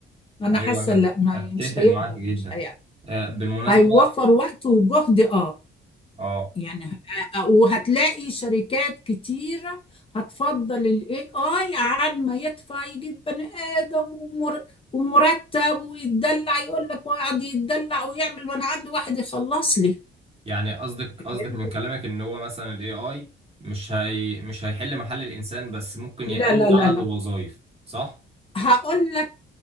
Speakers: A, on the left; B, on the right.
A: انا
B: ايوه
A: حاسه
B: انا
A: لا ما
B: اتفق
A: مش هيقدر
B: معاك جدا
A: مش هيقدر
B: آه، بالمناسبة
A: هيوفر وقت وجهد اه
B: اه
A: يعني ه- آه، آه، وهتلاقي شركات كتير هتفضل الاي اي عن ما يدفع يجيب بني ادم ومر- ومرتب ويتدلع يقول لك ويقعد يتدلع ويعمل وانا عندي واحد يخلص لي
B: يعني قصدك قصدك
A: فهمت؟
B: من كلامك ان هو مثلا الاي اي مش هي مش هيحل محل الانسان بس ممكن
A: لا
B: يقلل
A: لا لا
B: عدد
A: لا
B: الوظائف صح
A: هقول لك